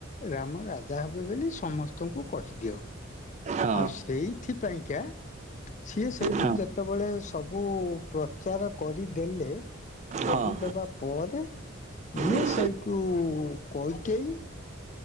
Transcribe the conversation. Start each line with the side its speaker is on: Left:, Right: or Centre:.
Left: ରାମ ରାଜା ହେବେ ବୋଲି ସମସ୍ତଙ୍କୁ କହିଦିଅ
Right: ହଁ
Left: ଆଉ ସେଇ ଏଥିପାଇଁ କା ସିଏ ସେଇଠୁ
Right: ହଁ ହଁ।
Left: ଯେତେବେଳେ ସବୁ ପ୍ରଚାର କରିଦେଲେ।
Right: ହଁ
Left: କରିଦବା
Right: ହଁ।
Left: ପରେ ଇଏ
Right: ସେଇ
Left: ସେଇଠୁ କକେଇ